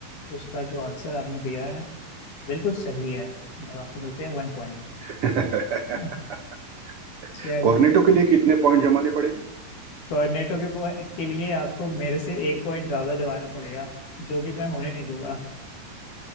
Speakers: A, on the left (about 60°); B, on the right (about 80°).
A: उसका जो आंसर आपने दिया है बिल्कुल सही है और आपको मिलते हैं वन पॉइंट
B: <laughs>
A: <laughs> चलिए
B: कॉर्नेटो के लिए कितने पॉइंट जमाने पड़ेंगे
A: कोऑर्डिनेटों के point के लिए आपको मेरे से एक पॉइंट ज्यादा जमाना पड़ेगा जो कि मैं होने नहीं दूंगा